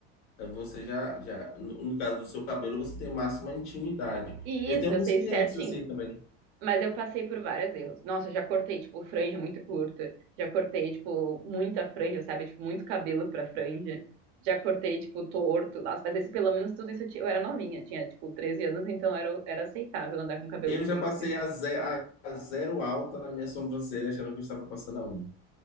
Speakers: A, on the left; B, on the right.
A: é, você já, já, no no caso do seu cabelo, você tem máxima intimidade.
B: E
A: Eu
B: isso,
A: tenho alguns
B: eu sei
A: clientes
B: certinho.
A: assim também.
B: Mas eu passei por vários erros. Nossa, eu já cortei, tipo, franja muito curta. Já cortei, tipo, muita franja, sabe? Tipo, muito cabelo pra franja. Já cortei, tipo, torto. Nossa, mas esse, pelo menos tudo isso eu, ti- eu era novinha. Tinha, tipo, 13 anos, então era, era aceitável andar com cabelo
A: Eu já
B: feio.
A: passei a, ze- a a zero alta na minha sobrancelha, achando que eu estava passando a um.